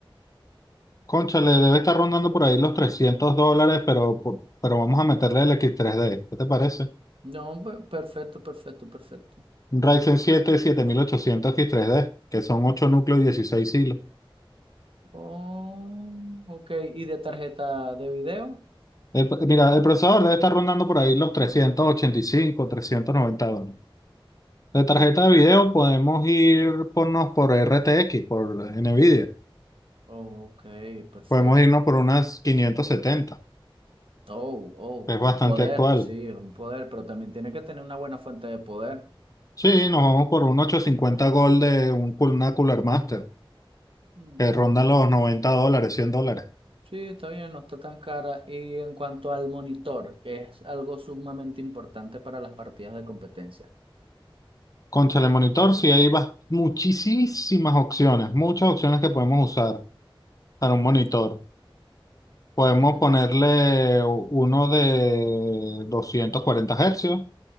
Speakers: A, on the left; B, on the right.
A: Concha, le debe estar rondando por ahí los 300 dólares, pero, po- pero vamos a meterle el X3D. ¿Qué te parece?
B: No, pe- perfecto, perfecto, perfecto.
A: Un Ryzen siete siete mil ochocientos X3D, que son 8 núcleos y 16 hilos.
B: Oh, ok, ¿y de tarjeta de video?
A: El- mira, el procesador debe estar rondando por ahí los trescientos ochenta y cinco trescientos noventa dólares. De tarjeta de video podemos ir ponnos por RTX, por NVIDIA.
B: Ok, perfecto.
A: Podemos irnos por unas quinientos setenta
B: Oh, oh,
A: Es bastante
B: un poder,
A: actual.
B: sí, un poder, pero también tiene que tener una buena fuente de poder.
A: Sí, nos vamos por un 850 Gold de un, cul- una Cooler Master,
B: Mm.
A: que ronda los 90 dólares, 100 dólares.
B: Sí, está bien, no está tan cara. Y en cuanto al monitor, que es algo sumamente importante para las partidas de competencia.
A: Con telemonitor sí hay bas- muchísimas opciones, muchas opciones que podemos usar para un monitor. Podemos
B: Ok,
A: ponerle uno de 240 hercios,